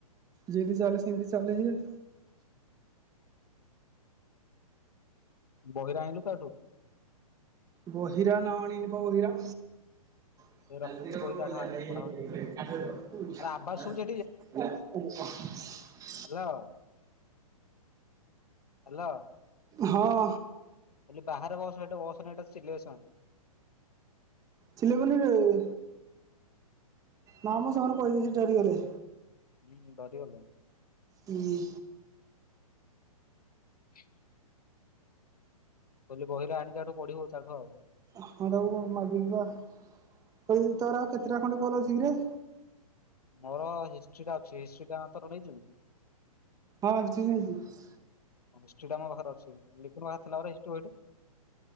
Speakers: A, on the right (about 20°); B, on the left (about 85°).
A: ଯେମତି ଚାଲେ ସେତି ଚାଲଛି।
B: ବହିରା ଆଣିଲୁ ତାଠୁ?
A: ବହିରା ନାଁ ଆଣିନି ପା ବହିରା। <unintelligible>
B: ଏ ରଖିଛି ବହି ତାଠୁ ଆଣିକି ପଢାପଢି କରିବୁ ଆରେ ଆବାଜ ଶୁଭୁଛି ହାଲୋ, ହାଲୋ।
A: ହଁ।
B: କହିଲି ବାହାରେ ବସ, ହେଟି ବସନି ଏଟା ସିଲେସନ୍।
A: ଚିଲି ପନିର ରେ। ନା, ମୁଁ ସେମାନେଙ୍କୁ କହିଦେଇଛି ଠେରିଗଲେ।
B: ହୁଁ, ଡରିଗଲେ।
A: ହୁଁ।
B: <inaudible> କହିଲି ବହିରା ଆଣି ତାଠୁ ପଢିବୁ ତାଠୁ ଆଉ।
A: ହଁ ତାକୁ ମାଗିକ ଆଣ, ହେଇ ତୋର ଆଉ କେତେଟା ଖଣ୍ଡେ କଲ ଅଛି କିରେ?
B: ମୋର ହିଷ୍ଟ୍ରି ଟା ଅଛି, ହିଷ୍ଟ୍ରି ଟା ତୋର ନେଇଯିବୁ?
A: ହଁ, ହିଷ୍ଟ୍ରି ନେଇଯିବି।
B: ହିଷ୍ଟ୍ରି ଟା ମୋ ପାଖରେ ଅଛି, ଲିପୁନ ପାଖରେ ଥିଲା ପରା ହିଷ୍ଟ୍ରି ବହି ଟା।